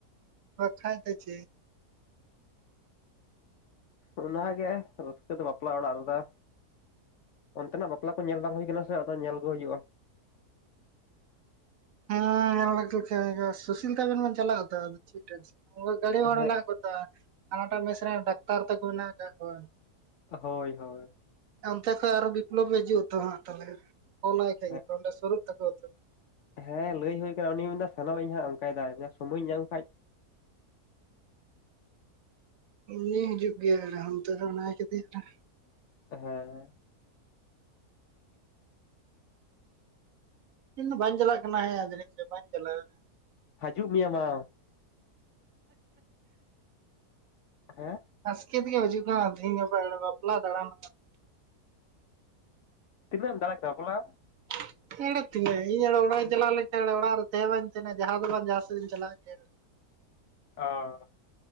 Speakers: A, on the right; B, on the left.
A: ᱦ ᱠᱷᱟᱭᱴ <unintelligible> ᱪ
B: ᱚᱱᱟ ᱜᱮ ᱨᱟᱹᱥᱠᱟᱹ ᱫᱚ ᱵᱟᱯᱞᱟ ᱚᱲᱟᱜ ᱨᱮᱫᱚ ᱚᱱᱛᱮᱱᱟᱜ ᱵᱟᱯᱞᱟ ᱠᱚ ᱧᱮᱞ ᱵᱟᱝ ᱦᱩᱭᱩ ᱟᱠᱟᱱᱟ ᱥᱮ ᱟᱫᱚ ᱧᱮᱞ ᱜᱮ ᱦᱩᱭᱩᱜᱼᱟ
A: ᱦᱮᱸ ᱧᱮᱞ ᱞᱮ <unintelligible> ᱥᱩᱥᱤᱞ ᱛᱟᱵᱮᱱ ᱵᱮᱱ ᱪᱟᱞᱟᱜ ᱟᱛᱚ ᱟᱫᱚ ᱪᱮᱫ ᱴᱮᱱᱥᱚᱱ ᱜᱟᱹᱲᱤ ᱢᱮᱱᱟᱜ
B: ᱦᱮᱸ
A: <inaudible> ᱦᱟᱱᱟᱴᱟᱜ ᱢᱮᱤᱥ ᱨᱮ ᱰᱟᱠᱛᱟᱨ ᱛᱟᱠᱚ ᱢᱮᱱᱟᱜ ᱟᱠᱟᱫ ᱠᱚᱣᱟ
B: ᱦᱳᱭ ᱦᱳᱭ
A: ᱚᱱᱛᱮ ᱠᱷᱚᱡ ᱟᱨᱚ ᱵᱤᱯᱞᱚᱵ ᱮ ᱦᱤᱡᱩᱜᱼᱟ ᱛᱚ ᱛᱟᱦᱚᱞᱮ ᱯᱷᱳᱱ ᱟᱭ ᱠᱷᱟᱡ
B: ᱦᱮᱸ
A: ᱜᱮᱛᱚ ᱚᱸᱰᱮ ᱥᱩᱨᱩᱜ ᱛᱟᱠᱚᱣᱟ ᱛᱚ
B: ᱦᱮᱸ ᱞᱟᱹᱭ ᱦᱳᱭ ᱟᱠᱟᱱᱟ ᱩᱱᱤᱤᱭ ᱢᱮᱱ ᱮᱫᱟ ᱥᱮᱱᱚᱜ ᱤᱧ ᱦᱟᱸᱜ ᱚᱱᱠᱟᱭᱮᱫᱟᱭ ᱥᱚᱢᱚᱭᱤᱧ ᱧᱟᱢ ᱠᱷᱟᱱ
A: ᱩᱱᱤᱤᱭ ᱦᱤᱡᱩᱜ ᱜᱮᱭᱟ ᱮ <unintelligible> ᱟᱢ ᱛ ᱚᱱᱟᱭ ᱠᱮᱫᱫᱮᱭᱟᱮ <unintelligible>
B: ᱦᱮᱸ
A: ᱤᱧ ᱫᱚ ᱵᱧ ᱪᱟᱞᱟᱜ ᱠᱟᱱᱟ ᱡᱟᱱᱸᱤᱡ ᱵᱧ ᱪᱟᱞᱟᱼᱟ
B: ᱦᱤᱡᱩᱜ ᱢᱮᱭᱭᱟ ᱢᱟ ᱦᱮᱸ
A: ᱟᱥᱠᱮᱛ ᱜᱮ ᱵᱩᱡᱷᱚᱣᱟ <unintelligible> ᱠᱟᱱᱟ ᱛᱮᱦᱤᱧ ᱜᱟᱯᱟ ᱵᱟᱯᱞᱟ ᱫᱟᱬᱟᱱ
B: ᱛᱤᱱᱱᱟ ᱮᱢ ᱫᱟᱲᱟ ᱠᱮᱫᱟ ᱵᱟᱯᱞᱟ
A: <unintelligible> ᱛᱤᱱᱟᱹ ᱤᱧ <unintelligible> ᱚᱲᱟᱜ ᱤᱧ ᱪᱟᱞᱟᱣ ᱞᱮᱱ ᱠᱷᱟᱱ ᱚᱲᱟᱜ ᱨᱮ ᱛᱟᱦᱮᱸ ᱵᱟᱝ ᱡᱟᱦᱟᱸ ᱛᱮᱵᱟᱝ ᱡᱟᱦᱟ ᱥᱮᱫ ᱤᱧ ᱪᱟᱞᱟᱜ ᱜᱮ
B: ᱚ